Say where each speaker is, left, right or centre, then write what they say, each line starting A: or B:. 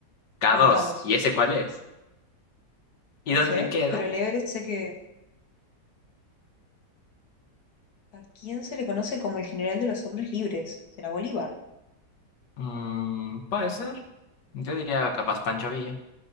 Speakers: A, on the left; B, on the left.
A: k
B: No,
A: dos
B: el k dos,
A: ¿Y ese cuál es? ¿Y
B: No
A: dónde
B: sé.
A: queda?
B: Pero el Everest sé que. ¿A quién se le conoce como el general de los hombres libres? ¿Será Bolívar?
A: Mm, puede ser. Yo diría capaz Pancho Villa.